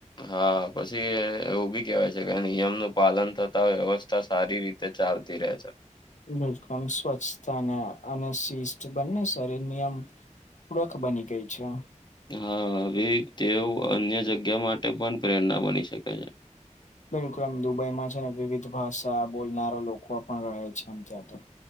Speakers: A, on the left (about 35°); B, on the left (about 75°).
A: હા પછી એવું બી કેવાય છે કે નિયમનું પાલન થતા વ્યવસ્થા સારી રીતે તે ચાલતી રહે છે.
B: બલકમ સ્વચ્છ અને અને શિસ્ત બંને શરીર નિયમ પૂળખ બની ગઈ છે.
A: હા હવે તેઓ અન્ય જગ્યા માટે પણ પ્રેરણા બની શકે છે.
B: બિલકુલ આમ દુબઈમાં છે ને વિવિધ ભાષા બોલનારા લોકો પણ રહે છેમ ત્યાં તો.